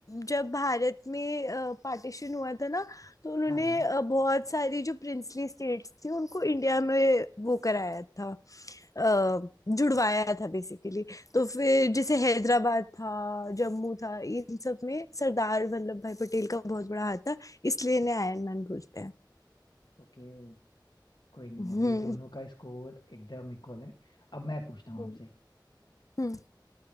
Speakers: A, on the left; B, on the left.
A: जब भारत में पार्टीशन हुआ था ना तो उन्होंने
B: हाँ हाँ
A: अ, बहुत सारी जो प्रिंसली स्टेट्स थी उनको इंडिया में वो कराया था अ, जुड़वाया था बेसिकली तो फिर जैसे हैदराबाद था जम्मू था इन सब में सरदार वल्लभ भाई पटेल का बहुत बड़ा हाथ था इसलिए इन्हें आयरन मैन बोलते हैं
B: ओके कोई नहीं
A: हम्म
B: अभी दोनों का स्कोर एकदम इक्वल है अब मैं पूछता हूँ
A: हम्म
B: आपसे
A: हम्म